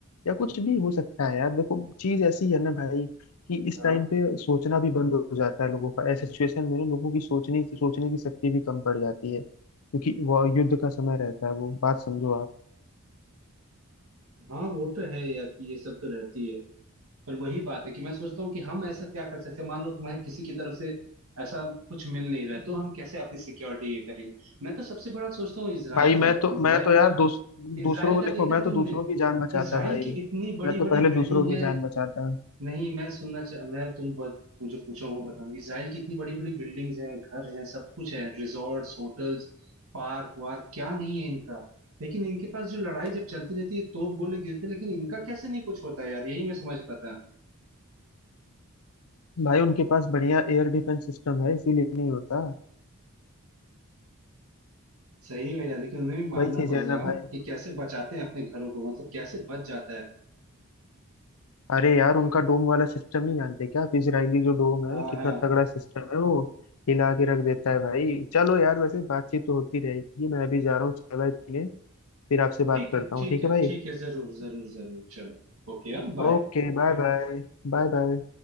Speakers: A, on the left (about 80°); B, on the right (about 75°).
A: या कुछ भी हो सकता है यार देखो चीज ऐसी है ना भाई कि इस
B: हाँ
A: टाइम पे सोचना भी बंद हो जाता है लोगों का ऐसे सिचुएशन में ना लोगों की सोचने सोचने की शक्ति भी कम पड़ जाती है क्योंकि वो युद्ध का समय रहता है वो बात समझो आप
B: हाँ वो तो है यार कि ये सब तो रहती है पर वही बात है कि मैं सोचता हूँ कि हम ऐसा क्या कर सकते हैं मान लो तुम्हें किसी की तरफ से ऐसा कुछ मिल नहीं रहा है, तो हम कैसे अपनी सिक्योरिटी ये करेंगे मैं तो सबसे बड़ा सोचता हूँ इसराइल
A: भाई मैं
B: का यार
A: तो
B: इसराइल
A: मैं तो यार
B: का
A: दूस, दूसरों
B: इसराइल
A: को
B: का
A: देखो
B: देखा
A: मैं
B: है
A: तो
B: तुमने
A: दूसरों की जान बचाता
B: इसराइल
A: भाई
B: की इतनी बड़ी
A: मैं तो
B: बड़ी
A: पहले
B: बिल्डिंग
A: दूसरों की
B: है
A: जान बचाता
B: नहीं मैं सुनना चाह मैं तुम बस मुझे पूछो वो बताओ इसराइल की इतनी बड़ी बड़ी बिल्डिंग्स हैं घर हैं सब कुछ है रिजॉर्ट्स होटल्स पार्क वार्क क्या नहीं है इनका लेकिन इनके पास जो लड़ाई जब चलती रहती है तोप गोले गिरते लेकिन इनका कैसे नहीं कुछ होता यार यही मैं समझ पाता
A: भाई उनके पास बढ़िया एयर डिफेंस सिस्टम है इसीलिए नहीं होता
B: सही है यार लेकिन उन्हें भी मानना
A: वही चीज
B: पड़ेगा
A: है ना
B: हाँ,
A: भाई
B: कि कैसे बचाते हैं अपने घरों को मतलब कैसे बच जाता है
A: अरे यार उनका डोम वाला सिस्टम नहीं जानते क्या आप इजरायली जो डोम है
B: हाँ
A: कितना
B: हाँ
A: तगड़ा सिस्टम है वो हिला के रख देता है भाई चलो यार वैसे बातचीत तो होती रहेगी मैं अभी जा रहा हूँ चाय वाय पीने फिर आपसे
B: ठीक
A: बात करता
B: है
A: हूँ
B: ठीक
A: ठीक
B: है
A: है भाई
B: ठीक है जरूर जरूर जरूर चलो ओके हाँ बाय
A: Okay bye bye Bye bye